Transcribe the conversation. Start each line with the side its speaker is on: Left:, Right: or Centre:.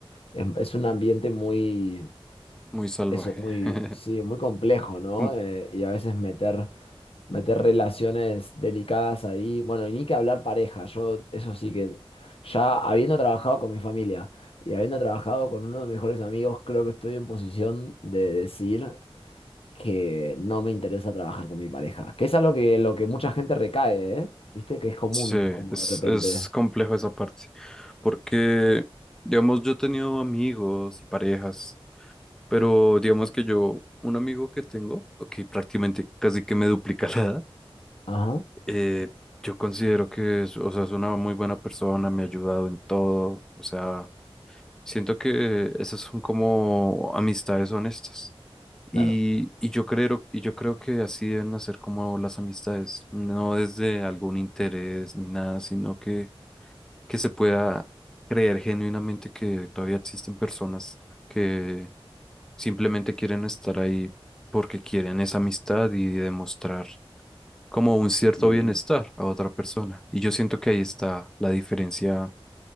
Left: Es, es un ambiente muy
Centre: muy salvaje.
Left: eso muy,
Centre: <laughs>
Left: sí, muy complejo, ¿no?
Centre: Mm,
Left: Eh, y a veces meter, meter relaciones delicadas ahí. Bueno, y ni que hablar pareja. Yo, eso sí que, ya habiendo trabajado con mi familia y habiendo trabajado con uno de mis mejores amigos, creo que estoy en posición de decir que no me interesa trabajar con mi pareja. Que es algo que, lo que mucha gente recae, ¿eh? ¿Viste? Que es común,
Centre: Sí,
Left: como
Centre: es,
Left: de repente.
Centre: es complejo esa parte, porque, digamos, yo he tenido amigos y parejas, pero digamos que yo, un amigo que tengo, que prácticamente casi que me duplica <laughs> la edad,
Left: Ajá,
Centre: Eh, yo considero que es, o sea, es una muy buena persona, me ha ayudado en todo, o sea, siento que esas son como amistades honestas. Y,
Left: claro.
Centre: y yo creo, y yo creo que así deben hacer como las amistades, no desde algún interés ni nada, sino que, que se pueda creer genuinamente que todavía existen personas que simplemente quieren estar ahí porque quieren esa amistad y demostrar como un cierto
Left: Sí.
Centre: bienestar a otra persona. Y yo siento que ahí está la diferencia